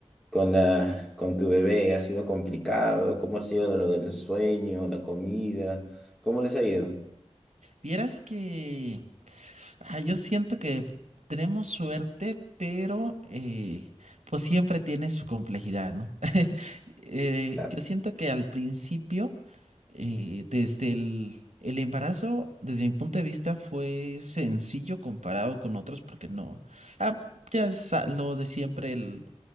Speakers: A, in the centre; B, on the right.
A: con la, con tu bebé? ¿Ha sido complicado? ¿Cómo ha sido lo del sueño, la comida? ¿Cómo les ha ido?
B: Vieras que ah, yo siento que tenemos suerte, pero eh, pues siempre tiene su complejidad, ¿no? Eh,
A: Claro.
B: yo siento que al principio, eh, desde el, el embarazo, desde mi punto de vista, fue sencillo comparado con otros, porque no. Ah, ya es a- lo de siempre, el,